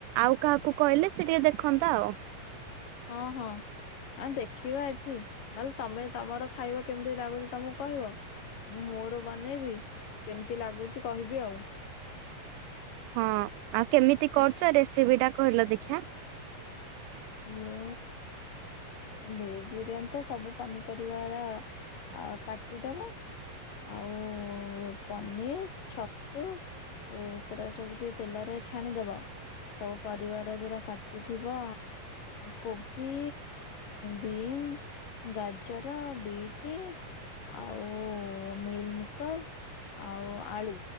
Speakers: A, on the right; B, on the left.
A: ଆଉ କାହାକୁ କଇଲେ ସେ ଟିକେ ଦେଖନ୍ତା ଆଉ।
B: ହଁ ହଁ। ହଁ ଦେଖିବା ଏଠି ନହେଲେ ତମେ ତମର ଖାଇବ କେମିତି ଲାଗୁଚି ତମକୁ କହିବ? ମୁଁ ମୋର ବନେଇବି କେମିତି ଲାଗୁଚି କହିବି ଆଉ।
A: ହଁ ଆଉ କେମିତି କରୁଚ ରେସିପି ଟା କହିଲ ଦେଖିଆ?
B: ମୁଁ ଭେଜ ବିରିୟାନୀ ତ ସବୁ ପନିପରିବାରା ଆଁ କାଟିଦବ। ଆଉ ପନିର ଛତୁ ଓ ସେରା ସବୁ ଟିକେ ତେଲରେ ଛାଣିଦବ। ସବୁ ପରିବାଗୁରା ଯୋଉରା କାଟିଥିବ କୋବି ବିମ୍, ଗାଜର, ବିଟ୍ ଆଉ ମିଲ ମିକର ଆଉ ଆଳୁ